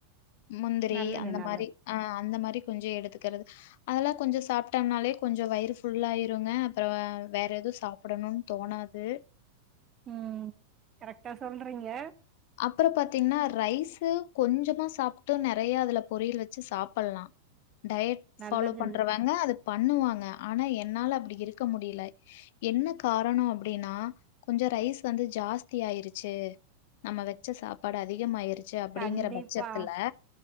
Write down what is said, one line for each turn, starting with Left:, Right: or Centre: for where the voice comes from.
Left: முந்திரி
Right: நல்லது
Left: அந்த
Right: நல்லது
Left: மாரி ஆ அந்த மாரி கொஞ்சோ எடுத்துக்கறது அதெல்லா கொஞ்சோ சாப்ட்டானாலே கொஞ்சோ வயிறு ஃபுல்லாயிருங்க அப்றோ வேற எது சாப்டணுன் தோணாது
Right: ம் கரெக்டா சொல்றீங்க
Left: அப்றோ பாத்தீங்னா ரைஸு கொஞ்சமா சாப்ட்டு நெறையா அதுல பொரியல் வச்சு சாப்பலா டயர்ட்
Right: நல்லது
Left: ஃபாலோ பண்றவங்க அது பண்ணுவாங்க ஆனா என்னால அப்டி இருக்க முடில என்ன காரணோ அப்டினா கொஞ்சொ ரைஸ் வந்து ஜாஸ்தியாயிரு ச்சு நம்ம வச்ச சாப்பாடு அதிகமாயிருச்சு அப்டிங்கற
Right: கண்டிப்பா
Left: பட்சத்துல